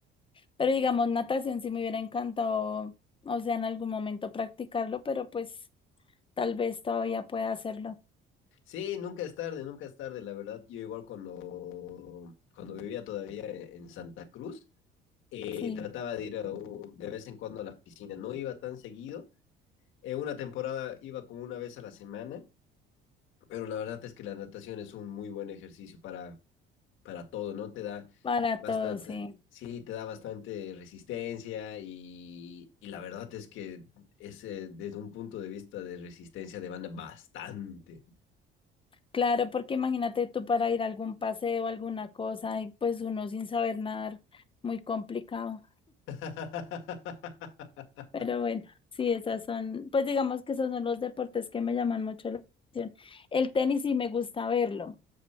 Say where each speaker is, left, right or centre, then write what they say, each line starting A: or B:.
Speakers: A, on the left; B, on the left.
A: Pero digamos, natación sí me hubiera encantado, o sea, en algún momento practicarlo, pero pues tal vez todavía pueda hacerlo.
B: Sí, nunca es tarde, nunca es tarde, la verdad. Yo igual cuando, cuando vivía todavía e-, en Santa Cruz, eh,
A: Sí,
B: trataba de ir a de vez en cuando a la piscina. No iba tan seguido. En una temporada iba como una vez a la semana, pero la verdad es que la natación es un muy buen ejercicio para, para todo, ¿no? Te da
A: para
B: bastante,
A: todo, sí.
B: sí, te da bastante resistencia y, y la verdad es que es eh, desde un punto de vista de resistencia de banda bastante.
A: Claro, porque imagínate tú para ir a algún paseo, alguna cosa, y pues uno sin saber nadar, muy complicado.
B: <laughs>
A: Pero bueno, sí, esas son, pues digamos que esos son los deportes que me llaman mucho la atención. El tenis sí me gusta verlo